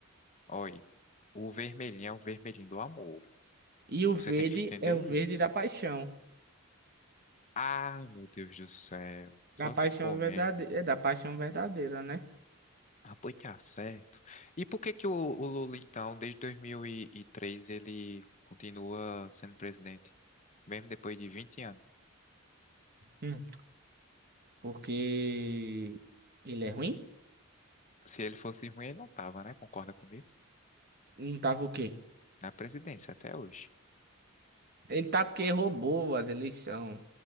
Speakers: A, on the left (about 35°); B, on the right (about 50°).
A: Olha, o vermelhinho é o vermelhinho do amor.
B: E o
A: Você
B: verde
A: tem que entender
B: é o
A: isso.
B: verde da paixão.
A: Ai, meu Deus do céu.
B: Da
A: Só
B: paixão
A: se for mesmo.
B: verdade... é da paixão verdadeira, né?
A: Ah, pois tá certo. E por que que o, o Lula, então, desde 2003, ele continua sendo presidente? Mesmo depois de 20 anos.
B: Hum. Porque ele é ruim?
A: Se ele fosse ruim, ele não tava, né? Concorda comigo?
B: Não tava o quê?
A: Na presidência até hoje.
B: Ele tá porque roubou as eleições.